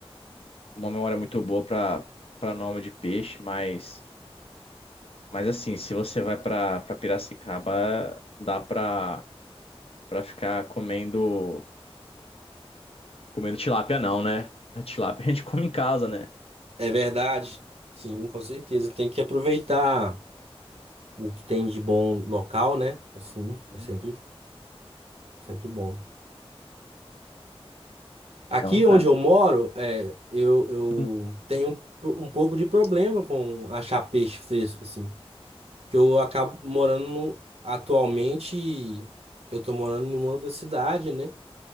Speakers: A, on the left; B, on the right.
A: uma memória muito boa pra, pra nome de peixe, mas, mas assim, se você vai pra, pra Piracicaba, dá pra, pra ficar comendo, comendo tilápia não, né? <laughs> A Tilápia a gente come em casa, né?
B: É verdade? Sim, com certeza. Tem que aproveitar o que tem de bom local, né? Assim,
A: Uhum.
B: é sempre, sempre bom. Aqui
A: Não, cara.
B: onde eu moro, é, eu, eu
A: Hum.
B: tenho um pouco de problema com achar peixe fresco, assim. Que eu acabo morando no- atualmente, eu tô morando em uma outra cidade, né?